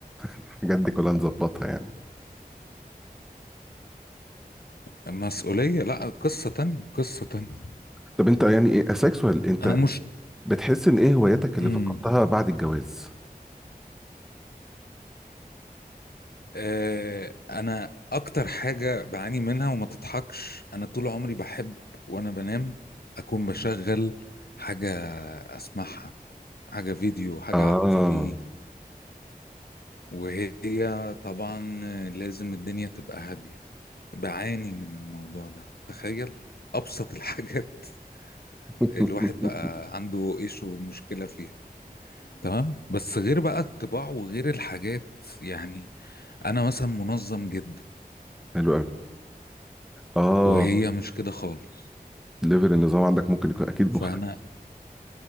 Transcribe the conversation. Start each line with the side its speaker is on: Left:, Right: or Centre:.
Centre: الحاجات دي كلها نظبطها يعني
Left: مسؤولية لا قصة تانية قصة تانية
Centre: طب انت يعني ايه اسكسوال انت
Left: انا مش
Centre: بتحس ان ايه هواياتك اللي
Left: مم.
Centre: فقدتها بعد الجواز
Left: آه، انا اكتر حاجه بعاني منها وما تضحكش انا طول عمري بحب وانا بنام اكون بشغل حاجه اسمعها حاجه فيديو حاجه
Centre: اه
Left: على التي في وهي طبعا لازم الدنيا تبقى هاديه بعاني من الموضوع ده تخيل ابسط الحاجات <laughs>
Centre: <laughs>
Left: الواحد بقى عنده ايش ومشكله فيها تمام بس غير بقى الطباع وغير الحاجات يعني انا مثلا منظم جدا
Centre: حلو قوي اه
Left: وهي مش كده خالص
Centre: ليفل النظام عندك ممكن يكون اكيد
Left: فانا
Centre: مختلف